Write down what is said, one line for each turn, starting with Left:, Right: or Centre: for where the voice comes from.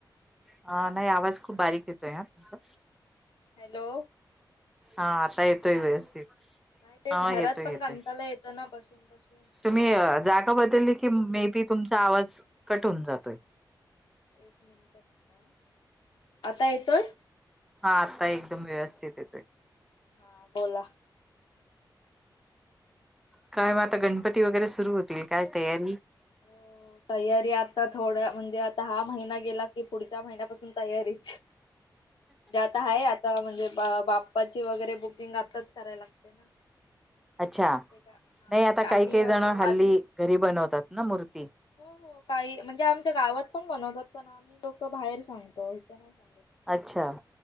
Centre: आ नाही आवाज खूप बारीक येतोय हा तुमचा.
Left: हॅलो.
Centre: हा आता येतोय व्यवस्थित.
Left: नाही तेच
Centre: हा
Left: घरात
Centre: येतोय
Left: पण
Centre: येतोय
Left: कंटाला येतं ना बसून-बसून.
Centre: तुम्ही
Left: <inaudible>
Centre: जागा बदलली की मे बी तुमचा आवाज कट होऊन जातोय.
Left: एक मिनिटांबा आता येतोय
Centre: हा आत्ता एकदम व्यवस्थित येतोय
Left: हा बोला
Centre: काय मग आता गणपती वगैरे सुरु होतील काय तयारी
Left: हो तयारी आता थोड्या म्हणजे आता हा महिना गेला की पुढच्या महिन्यापासून तयारीच जत आहे आता म्हणजे बा बाप्पाची वगैरे बुकिंग आ कराय लागते ना
Centre: अच्छा
Left: ते का हा
Centre: नाही
Left: म्हणजे
Centre: आता काही
Left: आम्हीध
Centre: काही जण हल्ली घरी बनवतात ना मूर्ती
Left: हो हो काही म्हणजे आमच्या गावात पण बनवतात पण आम्ही लोक बाहेर सांगतो इथे नाही सांगत
Centre: अच्छा